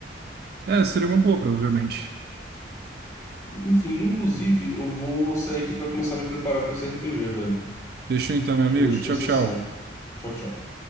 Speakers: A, on the right; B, on the left.
A: É, seria uma boa, provavelmente.
B: Enfim, inclusive, eu vou sair aqui pra começar a me preparar pra esse RPG, velho.
A: Deixa então, meu
B: que
A: amigo.
B: hoje
A: Tchau,
B: tem sessão.
A: tchau.
B: Tchau, tchau.